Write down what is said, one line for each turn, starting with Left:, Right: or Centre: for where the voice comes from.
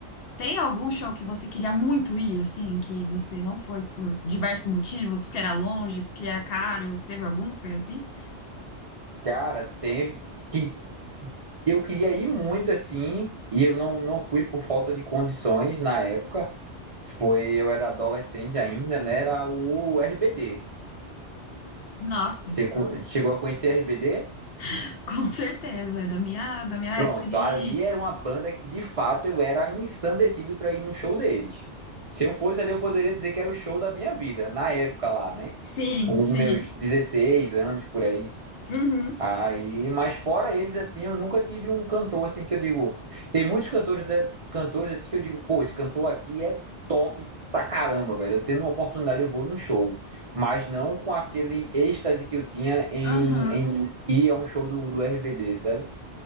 Left: Tem algum show que você queria muito ir, assim, que você não foi por diversos motivos, porque era longe, porque era caro? Teve algum que foi assim?
Right: Cara, teve. Que Eu queria ir muito assim, e eu não, não fui por falta de condições na época. Foi, eu era adolescente ainda, né? Era o RBD.
Left: Nossa,
Right: Você co- chegou a conhecer RBD?
Left: <laughs> com certeza, é da minha, da minha
Right: Pronto,
Left: época de.
Right: ali era uma banda que de fato eu era ensandecido para ir num show deles. Se eu fosse ali, eu poderia dizer que era o show da minha vida, na época lá, né?
Left: Sim,
Right: Com
Left: sim.
Right: meus 16 anos por aí.
Left: Uhum,
Right: Aí, mas fora eles, assim, eu nunca tive um cantor assim que eu digo. Tem muitos cantores, é, cantores assim que eu digo, pô, esse cantor aqui é top pra caramba, velho. Eu tendo uma oportunidade, eu vou num show. Mas não com aquele êxtase que eu tinha em,
Left: uhum.
Right: em ir a um show do, do RBD, sabe?